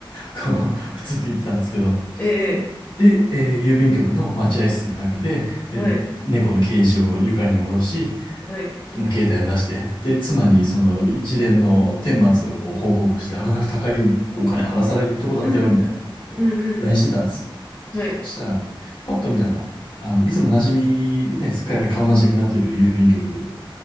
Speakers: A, on the left (about 60°); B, on the left (about 25°).
A: こう、ずっと言ってたんですけど。
B: え
A: で、えー郵便局の待合室の中で、えー猫のケージを床に下ろし、
B: え、はい、はい、
A: もう携帯を出して、で、妻にその一連の顛末をこう報告して、危なく高いお金払わされるとこだったよ、
B: うん、
A: みたいなことを
B: うんうん、
A: LINE してたんです。
B: はい、
A: そしたら、パッと見たら、あの、いつも馴染み、ね、すっかり顔馴染みになっている郵便局